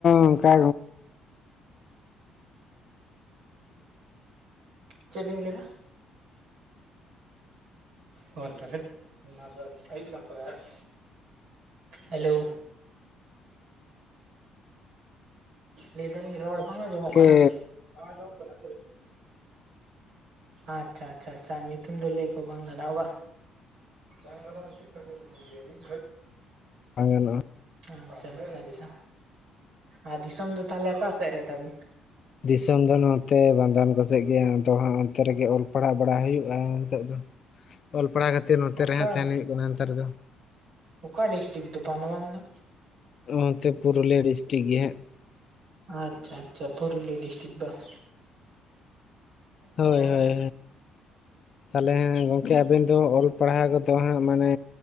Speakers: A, on the left (about 55°); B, on the right (about 75°).
A: ᱚᱱᱠᱟ
B: ᱪᱮᱫ ᱵᱤᱱ ᱞᱟᱹᱭᱫᱟ <inaudible> ᱱᱚᱣᱟ ᱫᱚ ᱟᱹᱭᱩᱵ ᱞᱟᱝ ᱠᱚᱨᱟᱣ-ᱟ ᱼᱼ ᱦᱮᱞᱳ ᱞᱟᱹᱭ ᱫᱟᱞᱤᱧ ᱨᱚᱲ ᱵᱟᱝ ᱟᱸᱡᱚᱢᱚᱜ
A: ᱜᱚᱢᱠᱮ
B: ᱠᱟᱱᱟ, ᱵᱟᱝ ᱟᱸᱡᱚᱢᱚᱜ ᱠᱟᱱᱟ ᱟᱪᱪᱷᱟ ᱟᱪᱪᱷᱟ ᱧᱩᱛᱩᱢ ᱫᱚ ᱞᱟᱹᱭ ᱠᱚ ᱵᱟᱝ ᱜᱟᱱᱚᱜᱼᱟ ᱵᱟᱝ? ᱵᱟᱝ ᱜᱟᱱᱚᱜ ᱪᱮᱫ ᱠᱷᱟᱹᱛᱤᱨ ᱩᱱᱤ ᱞᱟᱹᱭ ᱟᱵᱤᱱ
A: <inaudible>
B: ᱟᱪᱪᱷᱟ ᱟᱪᱪᱷᱟ ᱟᱪᱷᱟ ᱟᱨ ᱫᱤᱥᱚᱢ ᱫᱚ ᱛᱟᱦᱚᱞᱮ ᱚᱠᱟ ᱥᱮᱫ ᱨᱮ ᱛᱟᱵᱤᱱ
A: ᱫᱤᱥᱚᱢ ᱫᱚ ᱱᱚᱛᱮ ᱵᱟᱝᱜᱟᱞ ᱠᱚᱥᱮᱫ ᱜᱮ ᱟᱫᱚ ᱦᱟᱸᱜ ᱚᱱᱛᱮ ᱨᱮᱜᱮ ᱚᱞ ᱯᱟᱲᱦᱟᱣ ᱯᱟᱲᱦᱟᱣ ᱵᱟᱲᱟ ᱦᱩᱭᱩᱜᱼᱟ ᱱᱤᱛᱚᱜ ᱫᱚ ᱚᱞ ᱯᱟᱲᱦᱟᱣ ᱠᱷᱟᱹᱛᱤᱨ ᱱᱚᱛᱮ
B: ᱚᱠᱟ
A: ᱨᱮᱦᱚᱸ ᱛᱟᱦᱮᱱ ᱦᱩᱭᱩᱜ ᱠᱟᱱᱟ ᱱᱮᱛᱟᱨ ᱫᱚ
B: ᱚᱠᱟ ᱰᱤᱥᱴᱤᱠ ᱫᱚ ᱵᱟᱸᱱᱫᱣᱟᱱ ᱫᱚ
A: ᱱᱚᱱᱚᱛᱮ ᱯᱩᱨᱩᱞᱤᱭᱟᱹ ᱰᱤᱥᱴᱤᱠ ᱜᱮ ᱦᱟᱸᱜ
B: ᱟᱪᱪᱷᱟ ᱟᱪᱪᱷᱟ ᱯᱩᱨᱩᱞᱤᱭᱟᱹ ᱰᱤᱥᱴᱤᱠ ᱵᱟᱝ
A: ᱦᱳᱭ
B: ᱚ
A: ᱦᱳᱭ ᱛᱟᱦᱞᱮ ᱦᱮᱸ ᱜᱚᱢᱠᱮ ᱟᱵᱮᱱ ᱫᱚ ᱚᱞ ᱯᱟᱲᱦᱟᱣ ᱜᱚᱫᱚ ᱦᱟᱸᱜ ᱢᱟᱱᱮ